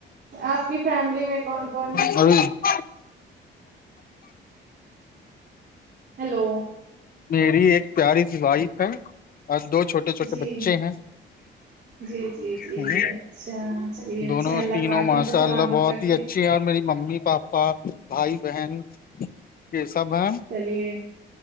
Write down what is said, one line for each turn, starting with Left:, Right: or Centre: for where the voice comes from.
Right: آپ کی فیملی میں کون کون ہے
Left: اور
Right: ہیلو
Left: میری ایک پیاری سی وائف ہے اور دو چھوٹے چھوٹے
Right: جی
Left: بچے ہیں
Right: جی جی جی
Left: ہوں،
Right: اچھا چلیے اچھا
Left: دونوں
Right: اللہ
Left: تینوں
Right: پاک
Left: ماشاء
Right: ان کو سلامت
Left: اللہ بہت
Right: رکھ
Left: اچھی ہیں اور میری ممی پاپا بھائی بہن یہ سب ہیں
Right: چلیے